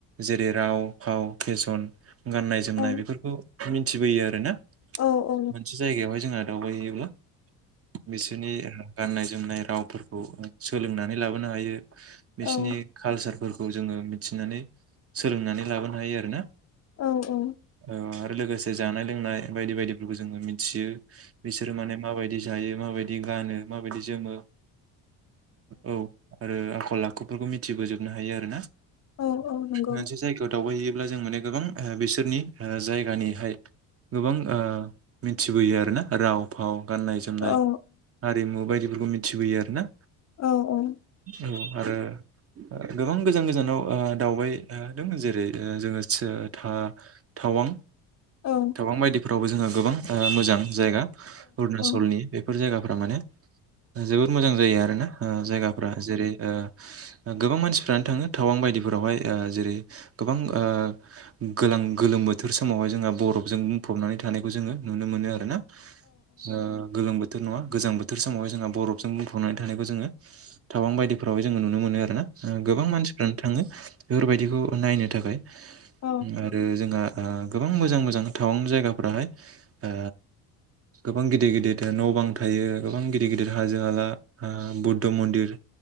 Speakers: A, on the right; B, on the left.
A: जेरै राव फाव फेसन गाननाय जोमनाय
B: औ औ नंगौ
A: बेफोरखौ मिथिबोयो आरोना
B: औ औ औ
A: मोनसे जायगायावहाय जोंहा दावबायहैयोब्ला बिसोरनि गाननाय जोमनाय रावफोरखौ सोलोंनानै लाबोनो हायो बिसोरनि
B: औ
A: कालचारफोरखौ खौ जोङो मिथिनानै सोलोंनानै लाबोनो हायो आरोना
B: औ औ
A: ओ आरो लोगोसे जानाय लोंनाय बायदि बायदिफोरखौ जोङो मिथियो बिसोरो माने माबायदि जायो माबायदि गानो मा बायदि जोमो औ आरो आखल आखुफोरखौ मिथिबोजोबनो हायो आरो ना
B: औ औ नंगौ
A: मोनसे जायगायाव दावबायहैयो ब्ला जों माने गोबां बिसोरनि जायगानिहाय गोबां ओ मिथिबोयो आरोना राव फाव गाननाय जोमनाय
B: औ औ
A: हारिमु बायदिफोरखौ मिथिबोयो आरोना
B: औ औ
A: औ आरो गोबां गोजान गोजानाव ओ दावबाय दङ जेरै जोङो थावां
B: औ
A: गोबां बायदिफोरावबो जोङो गोबां मोजां जायगा अरुणचलनि
B: औ
A: बेफोर जायगा फोर माने जोबोर मोजां जायो आरोना जायगाफ्रा जेरै ओ गोबां मानसिफ्रानो थाङो टावां बायदिफोरावहाय जेरै गोबां ओ गोल आं गोलोम बोथोर समावहाय जोंहा बरफजों बुंफबनानै थानायखौ जोङो नुनो मोनो आरो ना ओ गोलोम बोथोर नङा गोजां बोथोर समावहाय जोंहा बरफजों बुंफबनानै थानायखौ जोङो थावां बायदिफ्रावाय जोङो नुनो मोनो आरोना गोबां मानसिफ्रानो थाङो बेफोरबायदिखौ नायनो थाखाय
B: औ
A: आरो जोंहा गोबां मोजां मोजां टावां जायगाफोराहाय ओ गोबां गिदिर गिदिर न' बां थायो गोबां गिदिर गिदिर हाजो हाला ओ बुद्ध मन्दिर